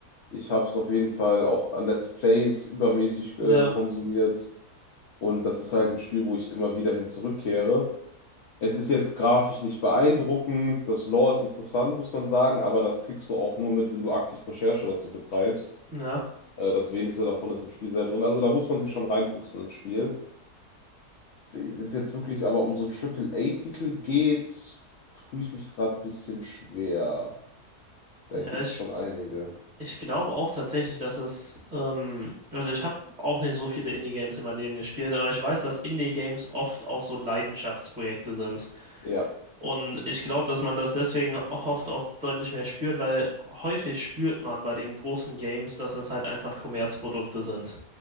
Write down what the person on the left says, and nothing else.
Ich habe es auf jeden Fall auch an Let's Plays übermäßig
äh, konsumiert. Und das ist halt ein Spiel, wo ich immer wieder hin zurückkehre. Es ist jetzt grafisch nicht beeindruckend. Das Lore ist interessant, muss man sagen. Aber das kriegst du auch nur mit, wenn du aktiv Recherche dazu betreibst.
Äh, das wenigste davon ist im Spiel selber drin. Also da muss man sich schon reinfuchsen ins Spiel. Wenn es jetzt wirklich aber um so A titel geht, tue ich mich gerade ein bisschen schwer. Da
gibt's
schon einige.
Ja.